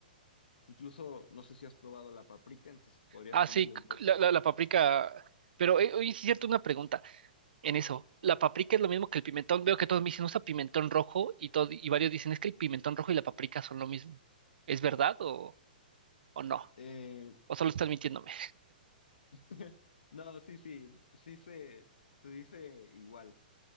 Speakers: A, on the left; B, on the right.
A: incluso no sé si has probado la paprika, entonces podrías
B: Ah,
A: ponerle
B: sí,
A: un
B: c-
A: poco.
B: c- la, la, la paprika. Pero eh, oye, sí es cierto, una pregunta en eso. ¿La paprika es lo mismo que el pimentón? Veo que todos me dicen, usa pimentón rojo y, todo, y varios dicen, es que el pimentón rojo y la paprika son lo mismo. ¿Es verdad o, o no?
A: Eh,
B: ¿O solo están mintiéndome?
A: <laughs> no, sí, sí, sí se, se dice igual.